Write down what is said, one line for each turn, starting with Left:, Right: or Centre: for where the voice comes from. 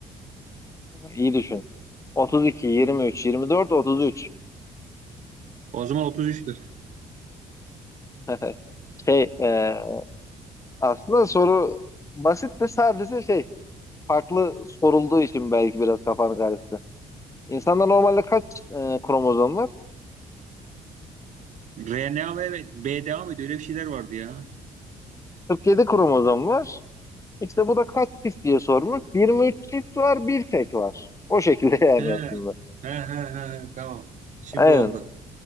Left: İyi düşün. 32, 23, 24, 33.
Right: O zaman 33'tür.
Left: <laughs> Şey, e, aslında soru basit de sadece şey, farklı sorulduğu için belki biraz kafanı karıştı. İnsanda normalde kaç e, kromozom var?
Right: RNA ve BDA mıydı? Öyle bir şeyler vardı ya.
Left: 47 kromozom var. İşte bu da kaç çift diye sormuş. 23 çift var, bir tek var. O şekilde <laughs> yani
Right: He, he,
Left: aslında.
Right: he, he, he, tamam. Şimdi
Left: Aynen.
Right: oldu.